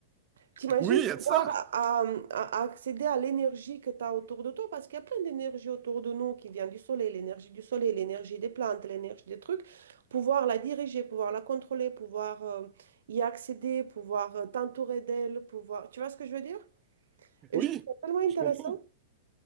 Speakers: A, on the right; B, on the right.
A: T'imagines
B: Oui, il
A: pouvoir
B: y a de ça.
A: euh, à- à- accéder à l'énergie que tu as autour de toi, parce qu'il y a plein d'énergie autour de nous qui vient du soleil, l'énergie du soleil, l'énergie des plantes, l'énergie des trucs, pouvoir la diriger, pouvoir la contrôler, pouvoir euh, y accéder, pouvoir euh, t'entourer d'elle, pouvoir... Tu vois ce que je veux dire? Et
B: Oui,
A: je trouve ça tellement intéressant.
B: je comprends.